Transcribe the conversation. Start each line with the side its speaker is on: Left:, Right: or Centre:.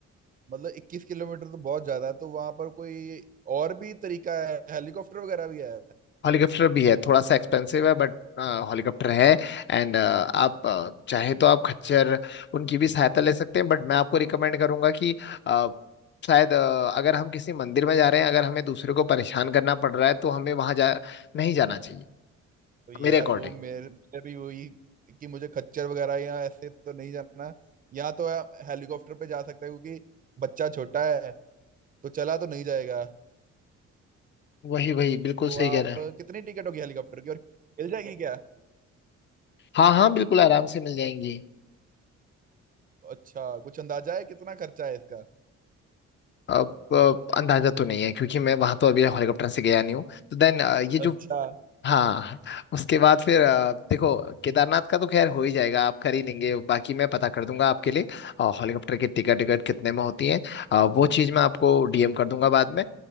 Right: मतलब 21 किलोमीटर तो बहुत ज्यादा है, तो वहां पर कोई और भी तरीका है हेलीकॉप्टर वगैरह भी है
Left: हेलीकॉप्टर भी है थोड़ा सा एक्सपेंसिव है बट हेलीकॉप्टर है एंड आप अ, चाहे तो आप खच्चर उनकी भी सहायता ले सकते हैं बट मैं आपको रिकमेंड करूंगा कि अ, शायद अ, अगर हम किसी मंदिर में जा रहे हैं अगर हमें दूसरे को परेशान करना पड़ रहा है तो हमें वहां जा नहीं जाना चाहिए
Right: तो यार
Left: मेरे अकॉर्डिंग
Right: वो मेरे मेरे भी वही कि मुझे खच्चर वगैरह या ऐसे तो नहीं जाना यहाँ तो आप हेलीकॉप्टर पे जा सकते हो क्योंकि बच्चा छोटा है तो चला तो नहीं जाएगा
Left: वही वही बिल्कुल
Right: तो
Left: सही
Right: आप
Left: कह रहे हैं
Right: कितनी टिकट होगी हेलीकॉप्टर की और मिल ठीक है जाएगी क्या
Left: हाँ हाँ बिल्कुल आराम से मिल जाएंगी
Right: अच्छा कुछ अंदाजा है कितना खर्चा है इसका
Left: अब अ, अंदाजा तो नहीं है क्योंकि मैं वहां तो अभी हेलीकॉप्टर से गया नहीं हूँ तो देन ये जो
Right: अच्छा
Left: हाँ उसके बाद फिर अ, देखो केदारनाथ का तो खैर हो ही जाएगा आप कर ही लेंगे बाकी मैं पता कर दूंगा आपके लिए और हेलीकॉप्टर की टिकट टिकट कितने में होती है अ, वो चीज़ मैं आपको डीएम कर दूंगा बाद में